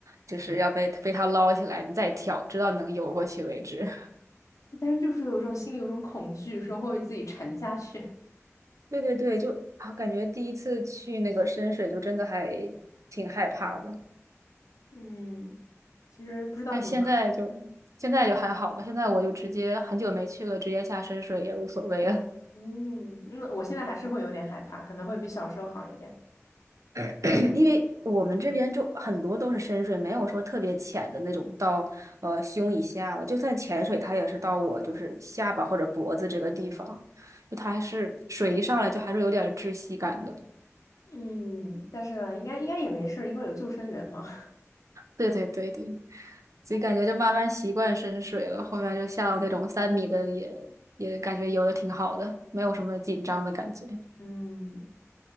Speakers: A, on the right; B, on the left.
A: 就是要被被他捞起来，你再跳，直到能游过去为止。
B: 但是就是有一种心里有一种恐惧，说会不会自己沉下去。
A: 对对对，就啊，感觉第一次去那个深水就真的还挺害怕的，
B: <laughs> 嗯，其实不知道怎么克
A: 但现在就现在就还好吧。现在我就直接很久没去了，直接下深水也无所谓了，
B: 嗯，那我现在还是会有点害怕，可能会比小时候好一点。
A: <coughs> <clears throat> 因为我们这边就很多都是深水，没有说特别浅的那种到呃胸以下了，就算潜水，它也是到我就是下巴或者脖子这个地方，就它还是水一上来就还是有点窒息感的。
B: 嗯，但是应该应该也没事儿，因为有救生员嘛。
A: 对对对对，所以感觉就慢慢习惯深水了，后面就下到那种三米的也也感觉游的挺好的，没有什么紧张的感觉。
B: <laughs> 嗯，